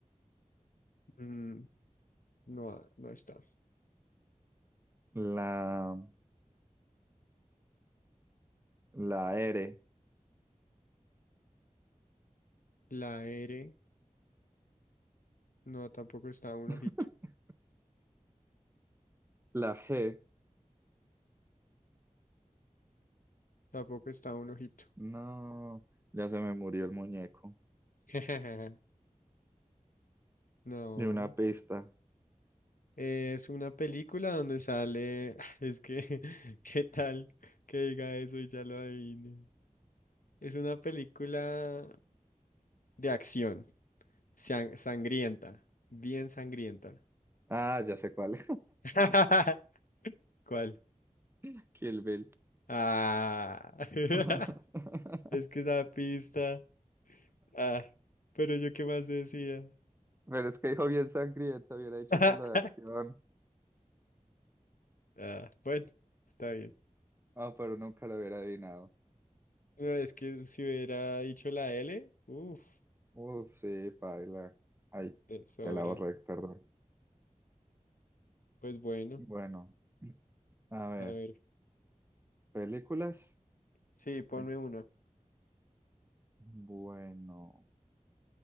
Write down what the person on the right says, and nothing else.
La, la R.
<laughs>
La G.
No, ya se me murió el muñeco.
De una pista.
Ah, ya sé cuál.
<laughs> Kill Bill.
<laughs>
Pero es que dijo bien sangriento, hubiera dicho
solo de acción.
Ah, pero nunca lo hubiera adivinado.
Uf, sí, paila. Ay,
se la borré, perdón.
Bueno, a ver,
películas.
Ay.
Bueno,